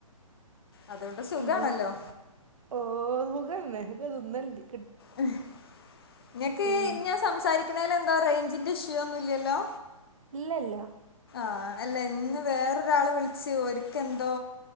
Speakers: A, on the left; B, on the right.
A: അതുകൊണ്ട് സുഖാണല്ലോ
B: പി ഓ ഓകും അന്നെ ഹഗതുന്നല്ലി <unintelligible>
A: നിങ്ങക്ക്
B: പിൻ
A: ഞാൻ സംസാരിക്കണേല- എന്താ റേഞ്ചിന്റെ ഇഷ്യൂ ഒന്നുമില്ലല്ലോ-
B: ഇല്ല ഇല്ല
A: ആ അല്ല ഇന്ന് വേറൊരാള് വിളിച്ചു ഓരിക്ക് എന്തോ